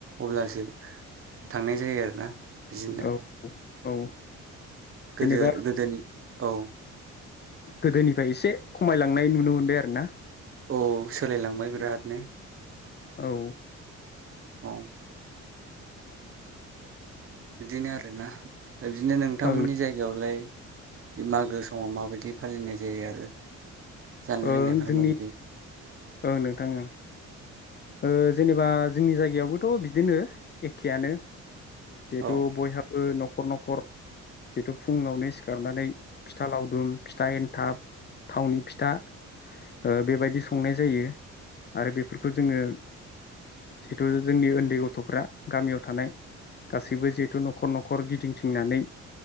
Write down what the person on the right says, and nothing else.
अब्लासो थांनाय जायो आरोना बिदिनो।
गोदो गोदोनि औ
औ सोलायलांबाय बिरादनो
औ बिदिनो आरोना बिदिनो नोंथांमोननि
जायगायावलाय मागो समाव माबायदि फालिनाय जायो आरो जानाय
लोंनायफोरा
माबायदि
औ